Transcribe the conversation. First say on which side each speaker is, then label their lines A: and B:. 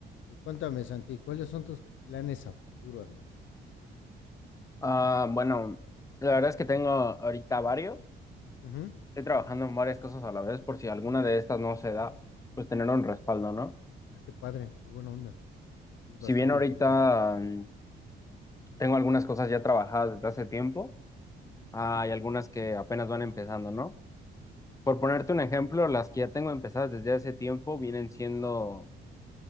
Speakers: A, on the left (about 75°); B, on the left (about 15°).
A: Y cuéntame, Santi, ¿cuáles son tus planes a futuro, hermano?
B: Ah, bueno, la verdad es que tengo ahorita varios.
A: Ujú.
B: Estoy trabajando en varias cosas a la vez por si alguna de estas no se da, pues tener un respaldo, ¿no?
A: Ah, qué padre, qué buena onda. Es
B: Si
A: bastante
B: bien ahorita
A: inteligente.
B: mm, tengo algunas cosas ya trabajadas desde hace tiempo, hay algunas que apenas van empezando, ¿no? Por ponerte un ejemplo, las que ya tengo empezadas desde hace tiempo vienen siendo,